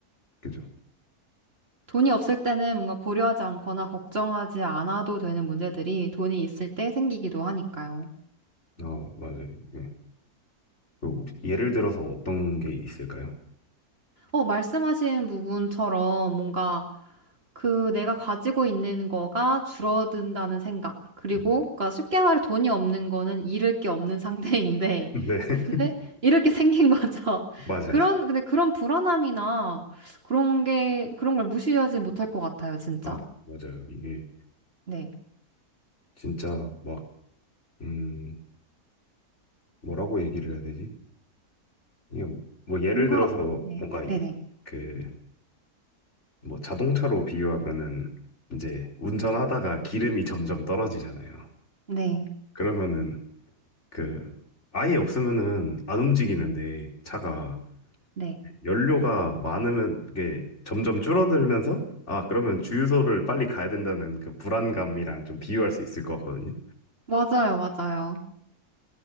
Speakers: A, on the left; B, on the right.
A: 그죠?
B: 돈이 없을 때는 뭔가 고려하지 않거나 걱정하지 않아도 되는 문제들이 돈이 있을 때 생기기도 하니까요.
A: 아, 맞아요. 예. 그 혹시 예를 들어서 어떤 게 있을까요?
B: 어, 말씀하신 부분처럼 뭔가 그 내가 가지고 있는 거가 줄어든다는 생각. 그리고
A: 음.
B: 그러니까 쉽게 말해 돈이 없는 거는 잃을 게 없는 상태인데
A: <laughs> 네, <laughs>
B: <laughs> 근데 잃을 게 생긴 거죠.
A: 맞아요.
B: 그런 근데 그런 불안함이나 그런 게 그런 걸 무시하지 못할 것 같아요, 진짜.
A: 아, 맞아요. 이게
B: 네.
A: 진짜 막, 음, 뭐라고 얘기를 해야 되지? 이게 뭐 예를
B: 뭔가
A: 들어서
B: 네.
A: 뭔가 이-
B: 네네.
A: 그 뭐 자동차로 비유하면은 이제 운전하다가 기름이 점점 떨어지잖아요.
B: 네.
A: 그러면은 그 아예 없으면은 안 움직이는데 차가
B: 네.
A: 연료가 많으면 이게 점점 줄어들면서 아 그러면 주유소를 빨리 가야 된다는 그 불안감이랑 좀 비유할 수 있을 것 같거든요.
B: 맞아요, 맞아요.